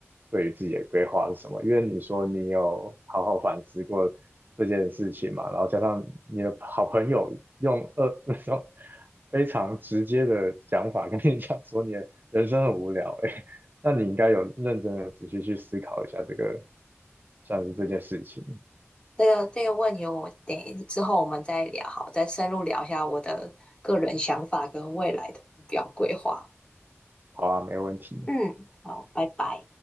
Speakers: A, on the right; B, on the left.
A: 对于自己的规划是什么？因为你说你有好好反思过这件事情嘛，然后加上你的好朋友用呃 <laughs> 那种非常直接的讲法跟你讲说你的人生很无聊、欸哎，<laughs> 那你应该有认真的仔细去思考一下这个，算是这件事情。
B: 这个这个问题我等一之后我们再聊，好，再深入聊一下我的个人想法跟未来的目标规划。
A: 好啊，没问题。
B: 嗯，好，拜拜。